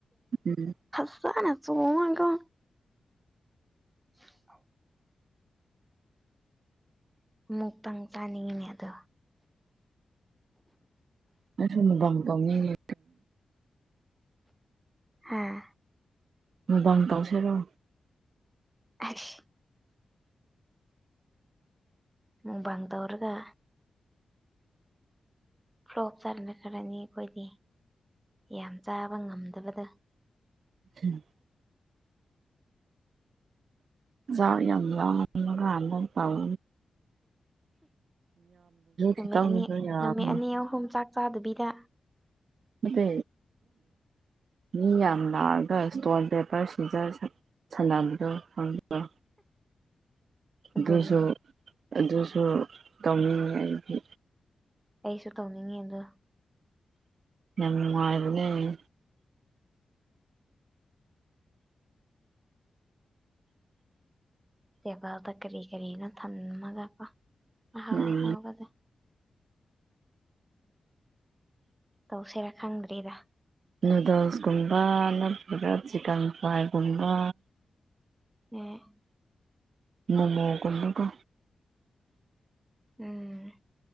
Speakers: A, on the right; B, on the right.
A: ꯎꯝ
B: ꯐꯖꯅ ꯊꯣꯡꯉꯒꯥꯀꯣ ꯑ ꯃꯨꯛ ꯇꯪ ꯆꯥꯅꯤꯡꯉꯤꯅꯦ ꯑꯗꯣ
A: ꯑꯩꯁꯨ ꯃꯨꯛꯕꯥꯡ ꯇꯧꯅꯤꯡꯉꯦ
B: ꯍꯥꯥ
A: ꯃꯕꯥꯡ ꯇꯧꯁꯦꯔꯣ
B: ꯑꯁ ꯃꯨꯛꯕꯥꯡ ꯇꯧꯔꯒ ꯐ꯭ꯂꯣꯞ ꯆꯠꯂꯈꯔꯅꯤ ꯑꯩꯈꯣꯏꯗꯤ ꯌꯥꯝ ꯆꯥꯕ ꯉꯝꯗꯕꯗ
A: ꯎꯝ ꯆꯥꯛ ꯌꯥꯝ ꯂꯥꯝꯃꯥꯀꯥꯟꯗ ꯇꯧ
B: ꯅꯨꯃꯤꯠ
A: ꯈꯤꯇꯪꯁꯨ
B: ꯑꯅꯤ
A: ꯌꯥꯕꯅꯤ
B: ꯅꯨꯃꯤꯠ ꯑꯅꯤ ꯑꯍꯨꯝ ꯆꯥꯛ ꯆꯥꯗꯕꯤꯗ
A: ꯅꯠꯇꯦ ꯃꯤ ꯌꯥꯝ ꯂꯥꯛꯑꯒ ꯏꯁꯇꯣꯜ ꯄꯦꯄꯔ ꯁꯤꯖꯔ ꯁꯥꯟꯅꯕꯗꯣ ꯈꯪꯕ꯭ꯔꯣ
B: ꯑꯗꯨꯅꯤ
A: ꯑꯗꯨꯁꯨ ꯑꯗꯨꯁꯨ ꯇꯧꯅꯤꯡꯉꯤ ꯑꯩꯗꯤ
B: ꯑꯩꯁꯨ ꯇꯧꯅꯤꯡꯉꯦ ꯑꯗꯣ
A: ꯌꯥꯝ ꯅꯨꯡꯉꯥꯏꯕꯅꯦ
B: ꯁꯦꯕꯥꯗ ꯀꯔꯤ ꯀꯔꯤꯅꯣ ꯊꯝꯃꯒꯀꯣ ꯑꯍꯥꯎ
A: ꯎꯝ
B: ꯑꯍꯥꯎꯕꯗꯣ ꯇꯧꯁꯤꯔꯥ ꯈꯪꯗ꯭ꯔꯤꯗ
A: ꯅꯨꯗꯜꯁꯀꯨꯝꯕꯅ ꯑꯗꯨꯔꯠ ꯆꯤꯀꯦꯟ ꯐ꯭ꯔꯥꯏ ꯀꯨꯟꯕ
B: ꯎꯝ
A: ꯃꯃꯣ ꯀꯨꯝꯕꯀꯣ
B: ꯎꯝ